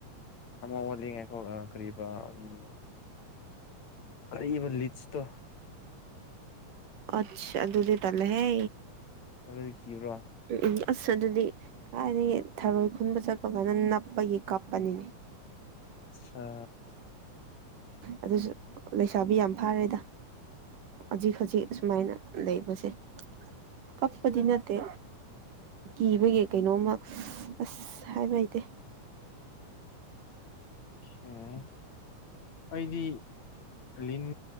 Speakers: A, on the left; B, on the right.
A: ꯑꯃ ꯋꯥꯠꯂꯤ ꯉꯥꯏꯈꯣ ꯑ ꯀꯔꯤꯕ ꯎꯝ ꯀꯔꯤꯕ ꯂꯤꯠꯁꯇꯣ
B: ꯑꯠꯆꯥ ꯑꯗꯨꯗꯤ ꯇꯂꯦ ꯍꯦ
A: ꯑꯗꯨꯣꯗꯤ ꯈꯤꯕ꯭ꯔꯣ
B: ꯎꯝ ꯎꯝ ꯑꯁ ꯑꯗꯨꯗꯤ ꯀꯥꯏꯗꯒꯤ ꯊꯔꯣꯏ ꯈꯨꯟꯕ ꯆꯠꯄ ꯀꯥꯟꯗ ꯅꯞꯄꯒꯤ ꯀꯥꯞꯄꯅꯤꯅꯦ
A: ꯑꯁꯥ
B: ꯑꯗꯨꯁꯨ ꯂꯩꯁꯥꯕꯤ ꯌꯥꯝ ꯐꯥꯔꯦꯗ ꯍꯧꯖꯤꯛ ꯈꯖꯤꯛ ꯁꯨꯃꯥꯏꯅ ꯂꯩꯕꯁꯦ ꯀꯞꯄꯗꯤ ꯅꯠꯇꯦ ꯀꯤꯕꯒꯤ ꯀꯩꯅꯣꯝꯃ ꯑꯁ ꯍꯥꯏꯕ ꯍꯩꯇꯦ
A: ꯎꯡ ꯑꯩꯗꯤ ꯂꯤꯟ